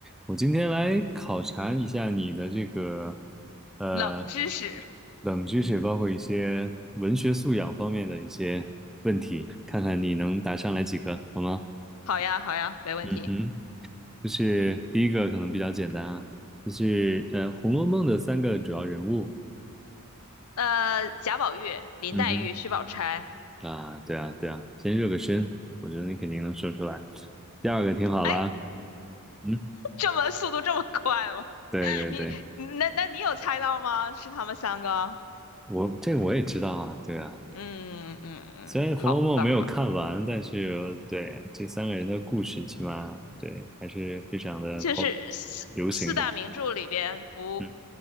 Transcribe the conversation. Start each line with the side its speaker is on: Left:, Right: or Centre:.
Centre: 我今天来考察一下你的这个呃
Left: 冷知识，
Centre: 冷知识，包括一些文学素养方面的一些，看看你能答上来几个，好吗？
Left: 好呀，好呀，没问题。
Centre: 嗯哼，就是第一个可能比较简单啊，就是呃《红楼梦》的三个主要人物。
Left: 呃，贾宝玉、林黛玉、
Centre: 嗯
Left: 薛宝钗，
Centre: 哼，啊，对啊，对啊，先热个身，我觉得你肯定能说出来。第二个听好了啊
Left: 哎，
Centre: 嗯，
Left: 这么速度这么快吗？
Centre: 对对对，
Left: <laughs> 你，那那你有猜到吗？是他们三个？
Centre: 我这个我也知道啊，对啊，
Left: 嗯嗯嗯，
Centre: 虽然《红楼梦》没有看完，
Left: 好吧，
Centre: 但是对这三个人的故事，起码对还是非常的
Left: 就是四四大名著里边不，
Centre: pop 流行的。嗯，